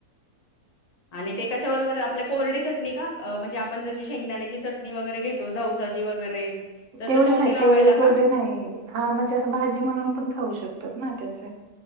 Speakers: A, on the left (about 50°); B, on the right (about 65°).
A: आणि ते कशा बरोबर आपल्या कोरडी चटणी का? म्हणजे आपण जशी शेंगदाण्याची चटणी वगैरे घेत तो जौसाची वगैरे तसं
B: तेवढे
A: तोंडी
B: नाही
A: लावायला
B: तेवढे कोरडे
A: का
B: नाही हा म्हणजे असं भाजी म्हणून पण खाऊ शकतात ना त्याचे.